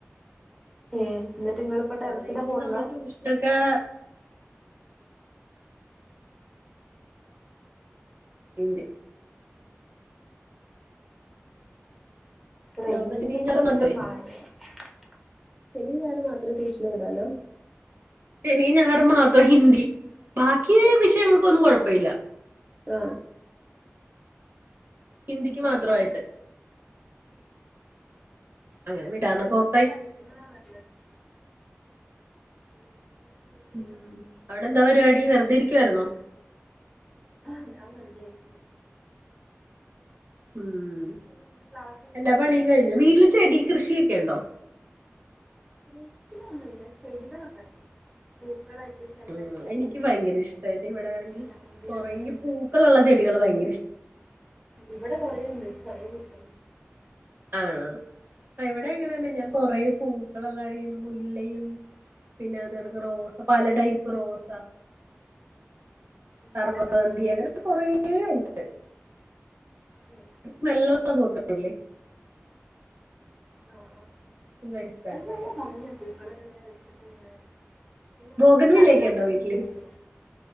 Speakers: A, in the centre; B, on the right (about 50°).
A: ഏ എന്നിട്ട് നിങ്ങള്പ്പോ ടെറസിന്റെ
B: ഓൺലൈനിൽ
A: മോള് ള്ള?
B: <unintelligible> <unintelligible>
A: റേഞ്ചന്റെ
B: ഇതാവുമ്പോ ശനിയും
A: ഇഷ്യു
B: ഞായറും മാത്രേ
A: പിന്നെ <unintelligible> ശനി ഞായറും മാത്രേ ട്യൂഷന് വിടാനാ?
B: ശനി ഞായറും മാത്രം ഹിന്ദി ബാക്കി വിഷയങ്ങൾക്കൊന്നും കുഴപ്പമില്ല.
A: ആ
B: ഹിന്ദിക്ക് മാത്രമായിട്ട് അങ്ങനെ വിടാന്നക്കെ ഓ
A: പഠിക്കുന്നതാ നല്ലത് എന്നാലും ഒരു കുറച്ച് വലിയ
B: ഉ
A: ക്ലാസ്സിൽ എത്തുമ്പോഴേക്കും
B: അവിടെ എന്താ പരിപാടി വെറുതെ ഇരിക്കുവായിരുന്നോ?
A: ആഹ ഞാൻ വെറുതെ ഇരിക്ക
B: ഉംഹ്
A: എനിക്ക് പിന്നെ ഇന്ന് ക്ലാസ് ഒന്നും
B: എല്ലാ
A: ഇല്ലാത്തതുകൊണ്ട്
B: പണിയും കഴിഞ്ഞു
A: വീട്ടിൽ
B: വീട്ടില്
A: തന്നെ
B: ചെടി കൃഷിയൊക്കെ ഉണ്ടോ
A: കൃഷിയൊന്നുമില്ല ചെടികൾ ഒക്കെയൊണ്ട് പൂക്കളായിട്ട് ചെമ്പരത്തി,
B: ഉം
A: റോസ്,
B: എനിക്ക് ഭയങ്കര ഇഷ്ടാ എന്റെ ഇവിടെ ആണെങ്കി
A: ജമ്മന്തി
B: കൊറേ
A: അങ്ങനെത്തെ
B: ഈ
A: ഒക്കെ
B: പൂക്കളുള്ള ചെടികൾ ഭയങ്കര ഇഷ്ടം
A: ഇവ്ടെ കൊറെയൊണ്ട് കൊറെ പൂക്കൾ
B: ആഹ് ഇവ്ടെ എങ്ങനെ തന്നെ
A: അത്
B: ഞാൻ കോറെ പൂ <unintelligible> മുല്ലയും പിന്നെ അതുപോണക്ക് റോസ പല ടൈപ്പ് റോസ സർവ്വഗന്തി
A: പല കളേഴ്സ്
B: അങ്ങനെ
A: ഉള്ള
B: കോറെ ഒണ്ട്
A: ഉം
B: നല്ല പോലെ നോക്കത്തില്ലയ്
A: ആഹ ആഹ്
B: എനിക്ക് ഭയങ്കര ഇഷ്ടാ
A: അല്ല അല്ല ഭംഗിയാ പൂക്കളൊക്കെ അങ്ങനെ വെച്ചിട്ടിയിങ്ങനെ. പിന്നെ
B: ബോഗൺവില്ലയൊക്കെ
A: മറ്റേ കടലാസ്
B: ഉണ്ടോ വീട്ടില്
A: പൂവിയില്ലയോ